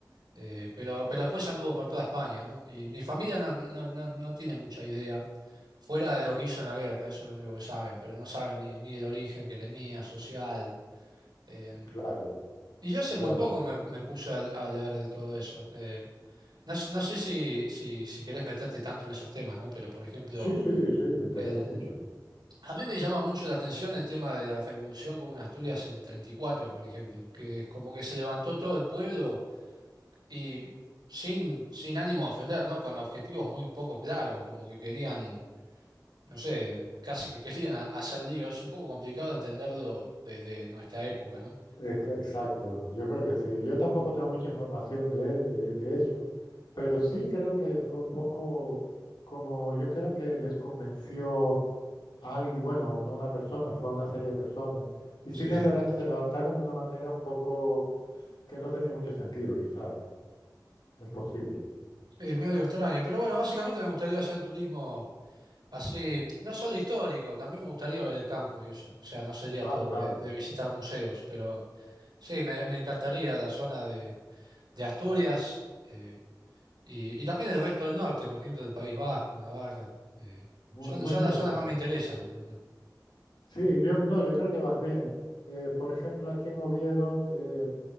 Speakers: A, on the right (about 80°); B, on the left (about 85°).
A: eh, pero, pero después anduvo por toda España, ¿no? Y mi familia no, no, no, no tiene mucha idea, fuera de lo que hizo en la guerra, eso es lo único que saben, pero no saben ni, ni el origen que tenía, social. eh,
B: claro.
A: y yo hace
B: Claro.
A: muy poco me, me puse a, a leer de todo eso. Eh, no, s- no sé si, si, si querés meterte tanto en esos temas, ¿no? Pero, por ejemplo,
B: Sí, sí, sí, me interesa
A: el,
B: mucho.
A: a mí me llama mucho la atención el tema de la revolución que hubo en Asturias en el 34, por ejemplo, que es como que se levantó todo el pueblo y sin, sin ánimo de ofender, ¿no? Con objetivos muy poco claros, como que querían, no sé, casi que querían ha- hacer lío. Es un poco complicado entenderlo desde nuestra época, ¿no?
B: Es que- exacto, yo creo que sí. Yo tampoco tengo mucha información de, de- de eso, pero sí creo que fue un poco como yo creo que les convenció a alguien, bueno, no una persona, fue una serie de personas. Y
A: Sí.
B: sí que es verdad que se levantaron de una manera un poco que no tenía mucho sentido, quizás. Es posible.
A: Es medio extraño, pero bueno, básicamente me gustaría hacer turismo así, no solo histórico, también me gustaría ver el campo y eso. O sea, no sería
B: Ah,
A: todo
B: claro.
A: de, de visitar museos, pero sí, me, me encantaría la zona de, de Asturias eh, y, y también el resto del norte, por ejemplo, el País Vasco, Navarra. eh,
B: Muy,
A: son,
B: muy
A: son
B: interesante.
A: las zonas más me interesan, la verdad.
B: Sí, yo, no, yo creo que vas bien. Eh, por ejemplo, aquí en Oviedo, eh,